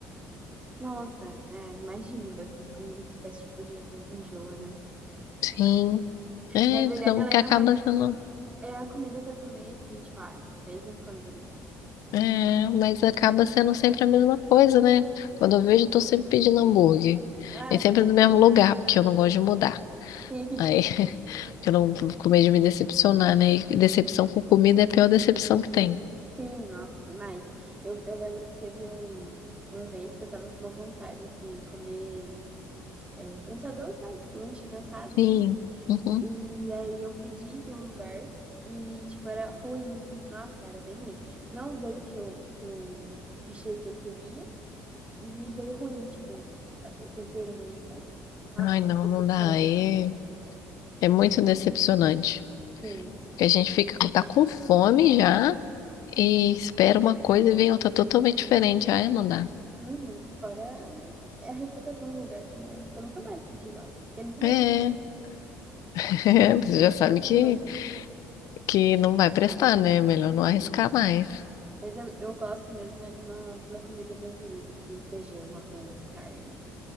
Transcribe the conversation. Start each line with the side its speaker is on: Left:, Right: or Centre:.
Right: Nossa, é, imagino mesmo, comida de fast food às vezes enjoa, né?
Left: Sim, é,
Right: Na verdade,
Left: senão
Right: ela
Left: que
Right: é
Left: acaba
Right: uma
Left: sendo.
Right: é a comida pra comer, assim, tipo, ah, de vez em quando, né?
Left: É, mas acaba sendo sempre a mesma coisa, né? Quando eu vejo, eu tô sempre pedindo hambúrguer.
Right: Ah,
Left: E sempre
Right: sim,
Left: do mesmo lugar, porque eu não gosto de mudar.
Right: sim,
Left: Aí. Que eu não tô com medo de me decepcionar, né? E decepção com comida é a pior decepção que tem.
Right: <laughs> sim, nossa, demais. Eu, eu lembro que teve um, uma vez que eu tava com uma vontade de comer é, prançadão, sabe? Lanche prensado, assim.
Left: Sim. Uhum.
Right: E aí eu pedi de um lugar e, tipo, era ruim. Nossa, era bem ruim. Não veio o que eu, do recheio que eu queria e veio ruim, tipo, a- o tempero ruim, sabe? Nossa,
Left: Ai, não,
Right: decepcionei
Left: não dá.
Right: totalmente.
Left: é. é muito decepcionante.
Right: Sim.
Left: Porque a gente fica, tá com fome já e espera uma coisa e vem outra totalmente diferente. Ai, não dá.
Right: Uhum. Fora a reputação do lugar também, né? Tipo, eu nunca mais pedi lá. Eu nunca
Left: É,
Right: mais vou pedir.
Left: <laughs> é, você
Right: <laughs>
Left: já sabe
Right: Mas
Left: que,
Right: ruim.
Left: que não vai prestar, né? Melhor
Right: Sim.
Left: não arriscar mais.
Right: Mas eu, eu gosto mesmo é de uma, de uma comida brasileira, assim, feijão, arroz, carne,